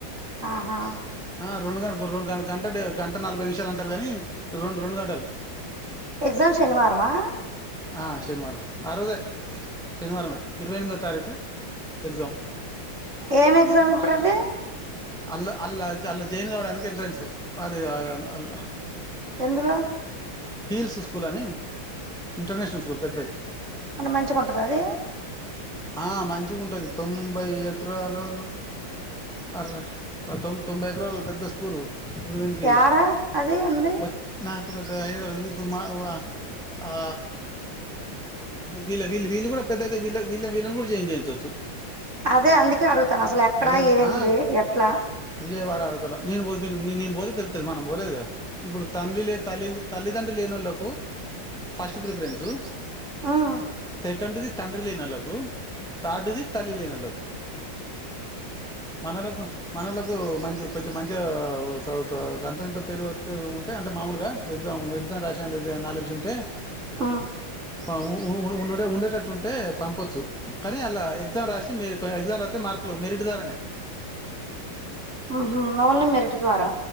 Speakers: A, on the right; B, in the centre.
A: ఆహా
B: ఆ రెండు గ రెండు గ గంట గంట నలభై నిమిషాలు అంటారు కాని రెండు రెండు గంటలు
A: ఎగ్జామ్ శనివారమా
B: ఆ శనివారం ఆ రోజే శనివారమే ఇరవై ఎనిమిదో తారీకు ఎక్జామ్
A: ఏం ఎగ్జామ్ ఇప్పుడది
B: అల్లా అల్లా అల్లా జైన్ కావడానికి ఎంట్రెన్సు అదే అ అల్
A: ఎందులో
B: హీల్స్ స్కూల్ అని ఇంటర్నేషనల్ స్కూల్ పెద్దది
A: అంటే మంచిగుంటది అది
B: ఆ మంచిగా ఉంటది తొంభై ఎకరాలూ అర తొ తొంభై ఎకరాలు పెద్ద స్కూలు ఇప్పుడు వీనికి
A: యాడా అది ఉంది
B: వ నాకు పెద్దగాఐ ఇప్పుడు మా ఆ వళ్ళ వీళ్ళ వీళ్ళ కూడా పెద్దతే వీళ్ళ విళ్ళ విళ్ళని కూడా జాయిన్ చేయించవచ్చు
A: అదే అందుకే అడుగుతను అసలు ఎక్కడా
B: అదే అదే
A: ఏంది
B: ఆ
A: ఎట్లా
B: విజయవాడ అవతల నేను పోత్ తెల్తాది నేను పోతే తెలుత్తది మనం పోలేదు గద ఇప్పుడు తండ్లిలే తల్లిలే తల్లిదండ్రి లే లేనోళ్లకు ఫస్ట్ ప్రిఫరెన్సు
A: ఉమ్
B: సెకండ్ ది తండ్రి లేనొళ్లకు తార్డ్ ది తల్లి లేనాళ్లకు మనలను మనలకూ మంచి కొంచెం మంచిగా సౌ సొ గంతో ఇంతో తెలివొత్తే ఉంటే అంటె మామూలుగా ఎగ్జాం ఎగ్జాం రాసేంత నాలెడ్జ్ ఉంటే
A: మ్
B: ఆ ఉ ఉ ఉన్ ఉండే ఉండేటట్టుంటే పంపొ చు కానీ అన్ద్లా ఎగ్జామ్ రాసి మీకు ఎగ్జాం రాత్తే మార్కులు మెరిట్ ద్వారానే
A: మ్ హు ఓన్లీ మెరిట్ ద్వారా